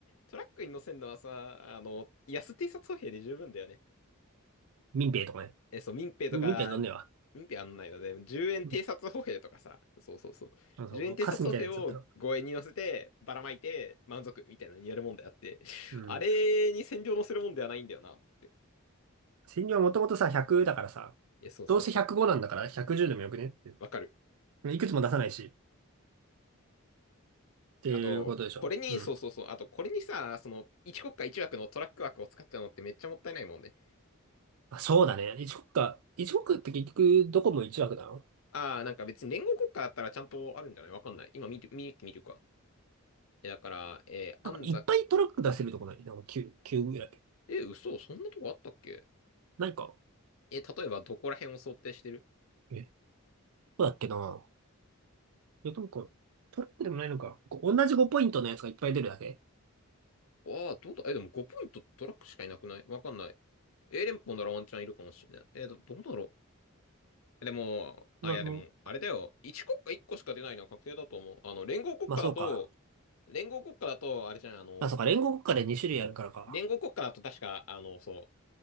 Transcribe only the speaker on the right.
民兵とかね。
みたいになんねえわ。
うん
あそう、
カスみたいなやつだったら。
うん。
千両はもともとさ、100だからさ、
どうせ105なんだから110でもよくねって。
いくつも出さないし、っていうことでしょ。
うん。
あ、そうだね。1国か。1国って結局どこも1枠なの
なんかいっぱいトラック出せるとこないなんか9、9ぐらい。
ないか。
え、どうだっけないや、なんか、トラックでもないのか。こう同じ5ポイントのやつがいっぱい出るだけ
な、
もう、
まあそうか。
あ、そうか。連合国家で2種類あるからか。